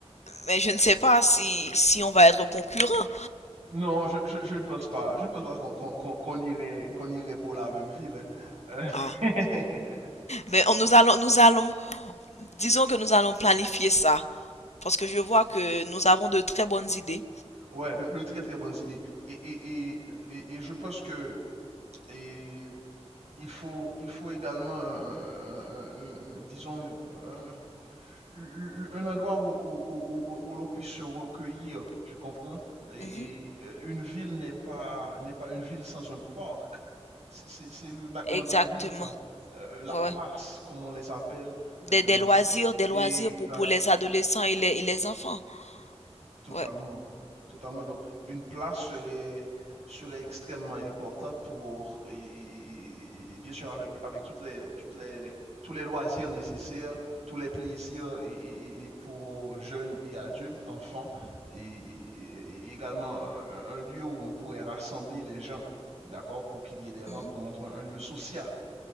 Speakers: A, on the left; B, on the right.
A: Mais je ne sais pas si, si on va être concurrents.
B: Non, je, je, je ne pense pas. Je ne pense pas qu'on qu'on- qu'on- qu'on irait, qu'on irait pour la même ville. hein.
A: Ah,
B: Euh, <laughs>
A: mais on, nous allons, nous allons, disons que nous allons planifier ça. Parce que je vois que nous avons de très bonnes idées.
B: Ouais, de, de très très bonnes idées. Et, et, et, et, et je pense que et il faut, il faut également, un- un- un- un- disons, un, un- un endroit où, où, où- où- où l'on puisse se recueillir, tu comprends? Et,
A: Mhm,
B: et, euh, une ville n'est pas, n'est pas une ville sans un parc. C'est c'est- c'est le battement
A: exactement.
B: de la ville, ça. Euh, la
A: Ouais,
B: place,
A: ouais.
B: comme on les appelle,
A: Des,
B: euh, dans...
A: des loisirs, des
B: Exact.
A: loisirs pour, pour les adolescents et les, et les enfants.
B: Totalement,
A: Ouais.
B: totalement. Donc, une place serait, serait extrêmement importante pour, et, et- et- et bien sûr, avec, avec toutes les, toutes les, tous les loisirs nécessaires, tous les plaisirs et, et- et- et pour jeunes et adultes, enfants, et, et- et également un, un lieu où on pourrait rassembler les gens, d'accord, pour qu'il y ait des rencontres,
A: Mhm.
B: un, un lieu social.